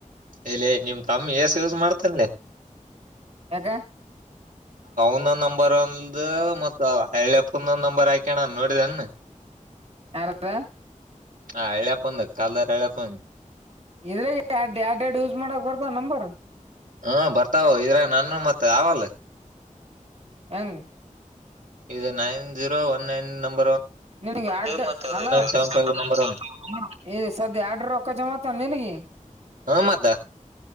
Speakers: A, on the right (about 80°); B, on the right (about 50°).
A: ಎಲೆ ನಿಮ್ ತಮ್ಮ ಎಸ ಯೂಸ್ ಮಾಡ್ತಾನಲೆ.
B: ಯಾಕ್.
A: ಒಂದೊಂದ್ ನಂಬರ್ ಒಂದ ಮತ್ ಎಳ್ಳ ಎಪ್ಂದೊಂದ್ ನಂಬರ್ ಹಾಕಣ ನೋಡಿದನ್.
B: ಯಾರ್ದ,
A: ಹಾ ಹಳ್ಳಪ್ಪಂದ್ ಕಲ್ದಾರ ಹಳ್ಳಪಂದ.
B: ಇದ್ರಾಗ ಎರಡ್ ಎರಡ್ ಎರಡ್ ಯೂಸ್ ಮಾಡಕ್ ಬರ್ತಾವ ನಂಬರ್
A: ಹ್ಮ್ ಬರ್ತಾವ ಇದ್ರಗ ನನ್ನವು ಮತ್ತ ಅವಲ್ಲ.
B: ಎಂಗ್.
A: ಇದ ನೈನ್ ಜೀರೋ ಒನ್ ನೈನ್ ನಂಬ
B: <unintelligible>
A: ಸೆವೆನ್ ಫೈವ್ ನಂಬರ್ ಒನ್
B: <unintelligible>
A: ಹ್ಮ್ ಮತ್ತಾ.